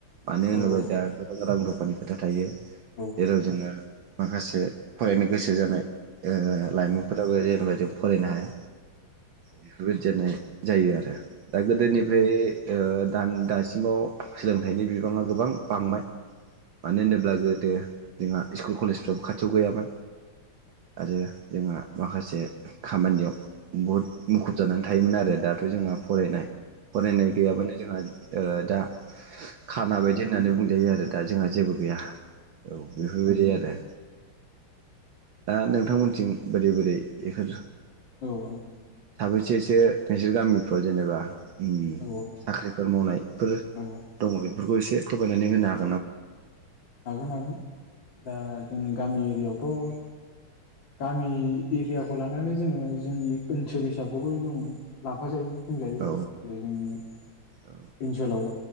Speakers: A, on the right; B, on the left.
A: मानो
B: औ
A: होनबा
B: औ
A: जोंहा गोबां रां रु खोथा थायो।
B: औ
A: जेराव जोंङो माखासे फरायनो गोसो जानाय ओ लायमोनफोरा जेनबा जों फरायनो हाया। बेफोरबायदियानो। जायो आरो। दा गोदोनिफ्राय दान दास सिमाव सोलोंथाइनि बिबाङा गोबां बांबाय। मानो होनोब्ला गोदो जोंहा इकल कलेजफ्राबो खाथियाव गैयाबा। आरो जोंहा माखासे खामानियाव बहद मुखुब जानानै थायोमोन आरो। दाथ' जोंहा फरायनाय फरायनाय गैयाबानो जोंहा ओ दा खाना बायदि होननानै बुं गायो आरो थ दा जोंहा जेबो गैया औ बेफोरबायदि आरो। दा नोंथांमोनथिं बोरै बोरै बेफोर
B: औ
A: साबैसे सो नोंसोर गामिफ्राव जेनेबा उम
B: औ
A: साख्रिफोर मावनाय फोर
B: औ
A: दङ बे फोरखौ एसे फोरमायनानै होनो हा
B: हागोन हागोन दा जोंनि गामि एरियायाव थ' गामि एरियाखौ लानानै जोङो जोंनि ओनसोल हिसाबखौबो जों लाफाजायो। बुंजायो
A: औ
B: जेरै जोंनि
A: औ
B: ओनसोलाव